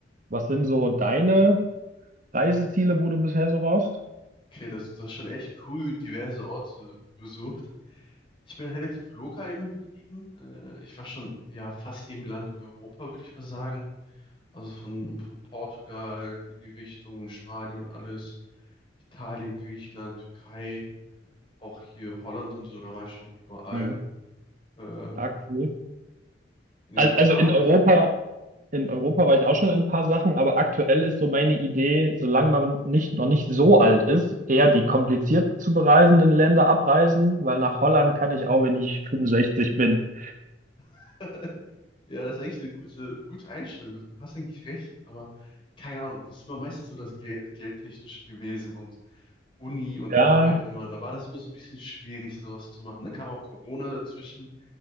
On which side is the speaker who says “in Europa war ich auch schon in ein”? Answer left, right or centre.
Right